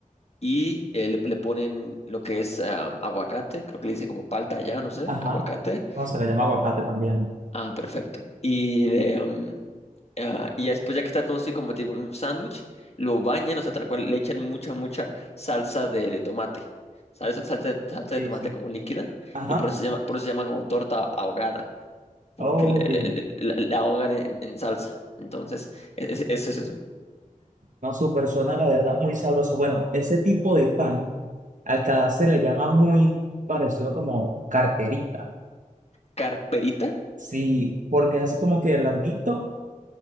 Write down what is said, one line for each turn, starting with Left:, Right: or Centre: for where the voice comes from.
Left: y eh, le, le ponen lo que es ah, aguacate, creo que le dicen como palta allá, no sé,
Right: Ajá.
Left: aguacate.
Right: No, se le llama aguacate también.
Left: Ah, perfecto. Y, le, mm, ah, y ya después, ya que está todo así como tipo un sándwich, lo bañan, o sea, tal cual, le echan mucha, mucha salsa de, de tomate. ¿Sabes? Salsa de, salsa
Right: Sí,
Left: de tomate
Right: sí.
Left: como líquida.
Right: Ajá.
Left: Y por eso se llama, por eso se llama como torta ahogada, porque
Right: Oye,
Left: le- le- le- la la ahogan en, en salsa. Entonces, es- es- eso es eso.
Right: no, súper suena, la verdad, muy sabroso. Bueno, ese tipo de pan. Acá se le llama muy parecido como carterita.
Left: Carperita,
Right: Sí, porque es así como que larguito